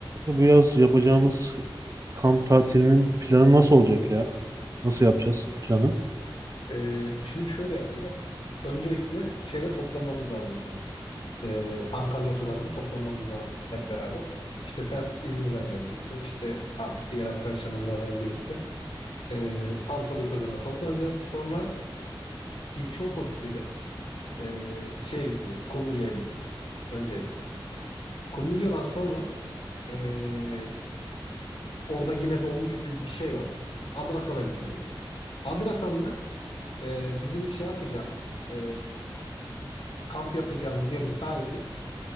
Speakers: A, on the right; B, on the left.
A: Bu yaz yapacağımız kamp tatilinin planı nasıl olacak ya? Nasıl yapacağız planı?
B: Ee, şimdi şöyle yapacağız. Öncelikle şeyde toplanmamız lazım bizim. Ee, Antalya Otogarı'nda toplanmamız lazım hep beraber. İşte sen İzmir'den geleceksin. İşte artık diğer arkadaşlarımız nereden gelirse. Ee, Antalya Otogarı'na toplanacağız. Sonra ilçe otobüsüyle ee, şeye gideceğiz. Kumluca'ya gideceğiz. Öncelikle. Kumluca'dan sonra ee, orada yine dolmuş gibi bir şey var. Adrasan'a gideceğiz. Adrasan'la ee, bizim şey yapacağımız ee, kamp yapacağımız yerin sahibinden